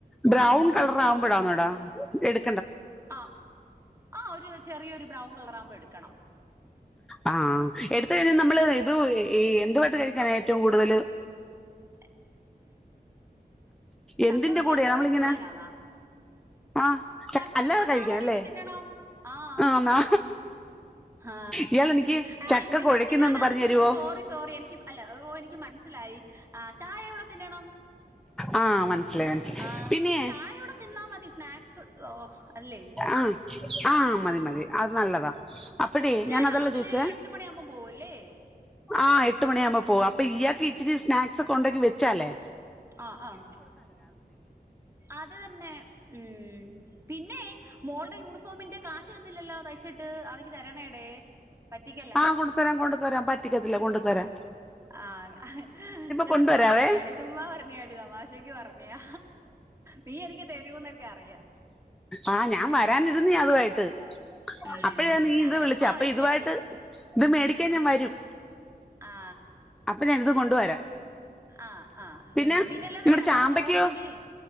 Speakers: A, in the centre; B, on the right.
A: ബ്രൗൺ കളറ ആവുമ്പോടാന്നടാ
B: ആ
A: എടു
B: ആ ആ ഒരു ചെറിയൊരു ബ്രൗൺ കളറ ആവുമ്പോ എടുക്കണം
A: ആഹ എടുത്ത കഴിഞ്ഞാൽ നമ്മള് ഇത് ഈ എന്തുമായിട്ട് കഴിക്കാന ഏറ്റവും കൂടുതൽ
B: <unintelligible> ചക്കവറ്റിൽ
A: എന്തിന്റെ കൂടെയാ
B: എന്തോ
A: നമ്മളിങ്ങനെ
B: ആയിട്ട് തിന്നാനാന്നാ
A: ആ
B: ചക്കവരിൽ
A: അല്ലാതെ കഴിക്കാൻ
B: സാധാര രീതിൽ
A: അല്ലേ
B: തിന്നണം ആഹ
A: ആന്നാ
B: ആ
A: ഇയാൾ എനിക്ക്
B: ആ
A: ചക്ക
B: എന്തിന്റെടെത്ത്
A: കുഴയ്ക്കുന്നൊന്ന്
B: ഞാനാണെന്ന്
A: പറഞ്ഞു
B: ചോദിച്ചു
A: തരുവോ
B: സോറി സോറി എനിക്ക് അല്ല ഓ എനിക്ക് മ മനസ്സിലായി ആ ചായ കൂടെ തിന്നണം
A: ആ മനസ്സിലായി മനസ്സിലായി
B: ആ
A: പിന്നെ
B: ചായ ഇൂടെ തിന്നാ മതി സ്നാക്സ് അല്ലേ
A: ആഹ ആഹ മതി മതി അത് നല്ലതാ അപ്പഴേ
B: കൊച്ച്
A: ഞാൻ
B: രാവിലെ
A: അതല്ല ചോദിച്ചേ
B: എട്ട് മണിയാുമ്പോം പോവ അല്ലേ
A: ആ എട്ട് മണിയ ആുമ്പ പോ അപ്പ ഇയാക്കക്ക് ഇച്ചിരി സ്നാക്സ് ഒെ കൊണ്ടക്കി വെച്ചാാലേ
B: ആ ആഹ അത് തന്നെ ഉ പിന്നെ മോളുടെ യൂണിഫോമിന്റെ കാശ് തന്നില്ലല്ലോ തയ്ച്ചിട്ട് അതിക്ക് തരണേടേ പറ്റിക്കല്ലേ
A: ആഹ കൊണ്ട തരാൻ കൊണ്ടു തരാൻ പറ്റിക്കത്തില്ല കൊണ്ടു തരാൻ
B: ആഹ ഞാൻ
A: കൊണ്ടുവരാവേ
B: ചുമ്മാ പറഞ്ഞതാടി ചുമ്മാ പറഞ്ഞതാടി തമാഷയ്ക്ക് പറഞ്ഞതാ നീ എനിക്ക് തരു എന്നൊക്കെ അറിയാം
A: ആ ഞാൻ വരാനിരുന്ന് അതുമായിട്ട്
B: ഉം
A: അപ്പഴാ നീ
B: ഞാൻ ഉുമ്
A: ഇത്
B: ഞാൻ
A: വിളിച്ചേ
B: ചുമ്മാ
A: അപ്പൊ
B: ചോയിച്ചതാടി
A: ഇതുമായിട്ട് ഇത് മേടിക്കാൻ ഞാൻ വരും
B: ആ
A: അപ്പൊ ഞാൻ ഇത് കൊണ്ടുവരാം
B: ആ ആ ആ്
A: പിന്നെ
B: ഞണപ്പ പിന്നെല്ലാം
A: നിങ്ങടെ
B: വേ
A: ചാമ്പയ്ക്കയോ
B: കൊറെ തുണിയേ